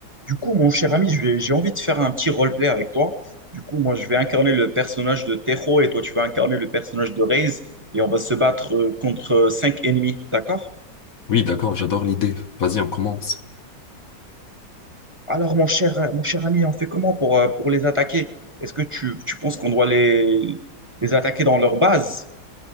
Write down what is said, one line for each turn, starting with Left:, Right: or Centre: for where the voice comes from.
Right: Du coup, mon cher ami, je vais- j'ai envie de faire un petit roleplay avec toi. Du coup, moi, je vais incarner le personnage de Tejo et toi, tu vas incarner le personnage de Raze et on va se battre euh, contre euh, cinq ennemis, d'accord?
Left: Oui, d'accord, j'adore l'idée. Vas-y, on commence.
Right: Alors, mon cher, mon cher ami, on fait comment pour, euh, pour les attaquer? Est-ce que tu, tu penses qu'on doit les, les attaquer dans leur base?